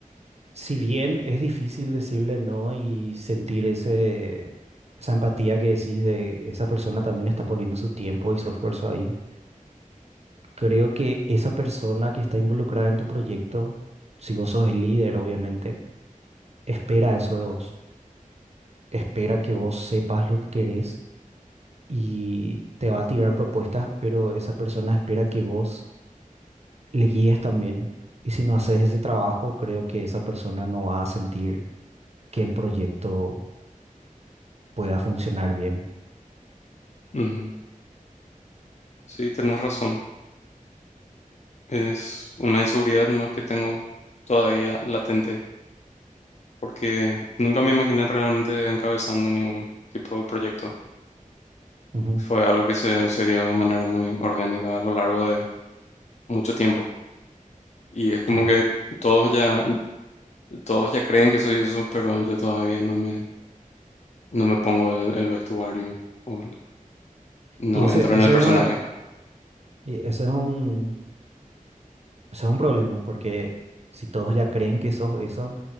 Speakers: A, on the right; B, on the left.
A: si bien es difícil decirle no y sentir ese, esa empatía que decís de esa persona también está poniendo su tiempo y su esfuerzo ahí, creo que esa persona que está involucrada en tu proyecto, si vos sos el líder, obviamente, espera eso de vos, espera que vos sepas lo que querés y te va a tirar propuestas, pero esa persona espera que vos le guíes también. Y si no haces ese trabajo, creo que esa persona no va a sentir que el proyecto pueda funcionar bien.
B: ujú, sí, tenés razón. Es una inseguridad más que tengo todavía latente, porque nunca me imaginé realmente encabezando ningún tipo de proyecto.
A: Ujú.
B: Fue algo que se, se dio de manera muy orgánica a lo largo de mucho tiempo. Y es como
A: Sí,
B: que todos ya, todos ya creen que soy eso, pero yo todavía no me, no me pongo el, el vestuario o el- no
A: Y ese,
B: entro
A: ese,
B: en el personaje.
A: es, eh, y ese es un, ese es un problema, porque si todos ya creen que sos eso,